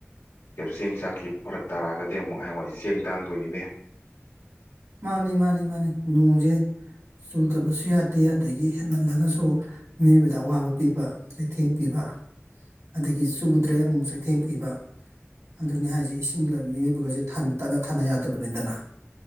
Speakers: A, on the left; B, on the right.
A: ꯆꯦꯡ ꯆꯥꯛꯈꯤ ꯐꯔꯛ ꯇꯥꯔꯛꯑꯒꯗꯤ ꯑꯃꯨꯛ ꯍꯥꯏ ꯃꯏ ꯆꯦꯡ ꯇꯥꯡꯗꯣꯏꯅꯤꯅꯦ
B: ꯃꯥꯅꯤ ꯃꯥꯅꯤ ꯃꯥꯅꯤ ꯅꯣꯡꯁꯦ ꯆꯨꯗꯕꯁꯨ ꯌꯥꯗꯦ ꯑꯗꯒꯤ ꯍꯦꯟꯃꯜꯂꯒꯁꯨ ꯃꯤꯑꯣꯏꯕꯗ ꯑꯋꯥꯕ ꯄꯤꯕ ꯆꯩꯊꯦꯡ ꯄꯤꯕ ꯑꯗꯒꯤ ꯆꯨꯗ꯭ꯔꯦ ꯑꯃꯨꯛ ꯆꯩꯊꯦꯡ ꯄꯤꯕ ꯑꯗꯨꯅꯤ ꯍꯥꯏꯁꯦ ꯏꯁꯤꯡꯒ ꯃꯤꯑꯣꯏꯕꯒꯁꯦ ꯇꯠꯅ ꯊꯥꯅ ꯌꯥꯗꯕꯅꯤꯗꯅ